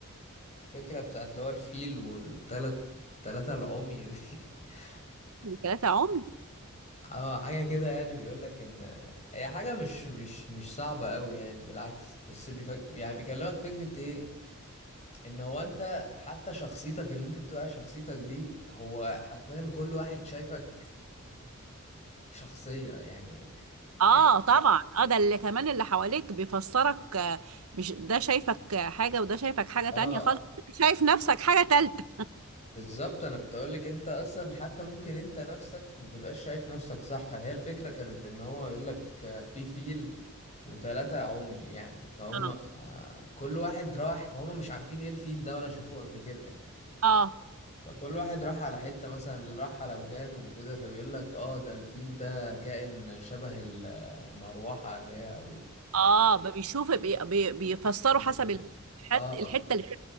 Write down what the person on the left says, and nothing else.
الفكرة بتاعت اللي هو الفيل والتلات تلاتة العمي دي <laughs>
اه حاجة كده يعني بيقول لك ان هي حاجة مش مش مش صعبة قوي يعني بالعكس بس بيفك... يعني بيكلمك فكرة ايه ان هو انت حتى شخصيتك اللي انت بتقول عليها شخصيتك دي هو حرفيا كل واحد شايفك شخصية يعني
يعني
اه
بالظبط انا كنت اقول لك انت اصلا حتى ممكن انت نفسك ما تبقاش شايف نفسك صح هي الفكره كانت ان هو يقول لك في فيل وثلاثه عمي يعني فهم
آه، كل واحد راح هم مش عارفين ايه الفيل ده ولا شافوه قبل كده يعني
فكل واحد راح على حته مثلا اللي راح على ودانه وكده فبيقول لك اه ده الفيل ده كائن شبه المروحه اللي هي او ال- يعني
أو
كده.
اه